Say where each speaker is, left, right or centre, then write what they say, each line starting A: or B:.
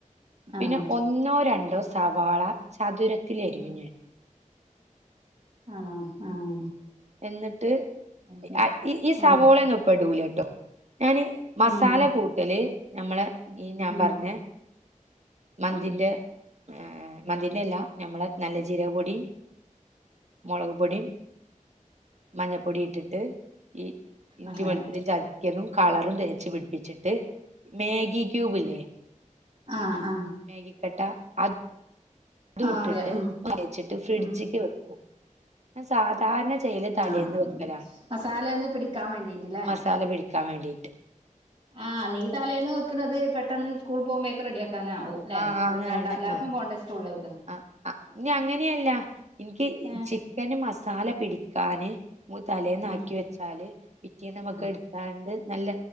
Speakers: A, on the right; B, on the right.
A: ആഹ്
B: പിന്നെ ഒന്നോ രണ്ടോ സവാള ചതുരത്തിലരിഞ്
A: ആഹ് ആണോ ആഹ്
B: എന്നിട്ട്
A: അത് ശരി
B: ആ ഇ ഈ സവോളെന്നും
A: ഉം
B: ഇപ്പടൂലട്ടോ ഞാന് മസാല
A: ഉം
B: കൂട്ടല് ഞമ്മളെ ഈ ഞാൻ
A: ഉം
B: പറഞ്ഞ മന്തിന്റെ
A: ഉം
B: ഏ മന്തിന്റെ അല്ല ഞമ്മളെ നല്ല ജീരക പൊടി മൊളക്പൊടിം മഞ്ഞപ്പൊടി ഇട്ടിട്ട് ഈ ഇഞ്ചി
A: അങ്ങനെ
B: വെളുതുള്ളി ചത കിയതും കളറും തേച്ച് പിടിപ്പിച്ചിട്ട് മാഗി ക്യൂബ് ല്ലേ
A: അ ആ
B: മേഗി കട്ട അത് അതും
A: ആഹ്
B: ഇട്ടിട്ട്
A: അറിയാം ഉം
B: തേച്ട്ട് ഫ്രിഡ്ജിക്ക്
A: ഉം
B: വെക്കും ന്ന്ട്ട് സാധാരണ ചെയ്യല് തലേന്ന്
A: ആ
B: വെക്കലാണ്
A: ഉം മസാലൊന്ന് പിടിക്കാൻ വേണ്ടിട്ട് ല്ലേ
B: മസാല പിടിക്കാൻ വേണ്ടിട്ട്
A: ആഹ് നീ തലേന്ന് വെക്ക്ണത് പെട്ടെന്ന് സ്കൂൾ പോകുമ്പഴേക്ക് റെഡിയാക്കാനാവും. ലെ
B: ആ
A: സ്കൂൾ
B: ആണ്
A: വേണ്ടഎല്ലാർക്കും
B: ആണ് ആ
A: പോണ്ടെ സ്കൂളിലേക്ക്
B: ആ അ ഇനി അങ്ങനെയല്ല ഇന്ക്ക്
A: ഏഹ്
B: ചിക്കന് മസാല പിടിക്കാന് മൂ തലേന്നാക്കി
A: ഉം
B: വെച്ചാല് പിറ്റേന്ന് നമുക്ക്
A: ആഹ്
B: ഇട്ത്താണ്ട് നല്ല